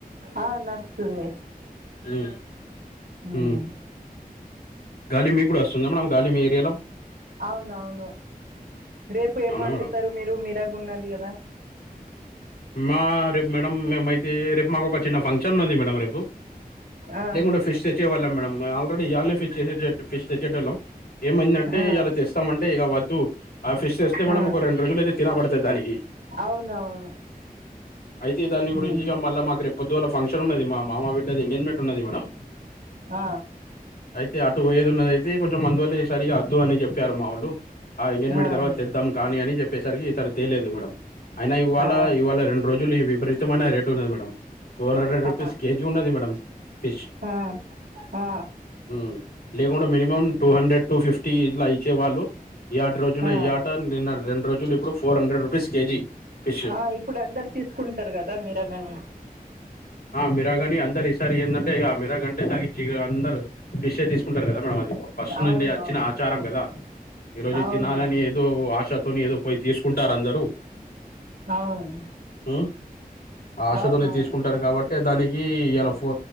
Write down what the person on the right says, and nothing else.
ఆ నడుస్తుంది,
హ్మ్.
అవునవును రేపు ఏమ్
వండుతారు
మీరు మీరాగ ఉన్నది కదా
ఆహా
ఆ
ఆ
అవునవును
ఉమ్.
ఆ
ఆహా
ఆ
ఆ
ఆ ఆ
ఉమ్,
ఆ
ఆ ఇప్పుడు అందరు తీసుకుంటారు, కదా మీరగాన్ని
అవును
అవును
అవును
అవును
అవునవును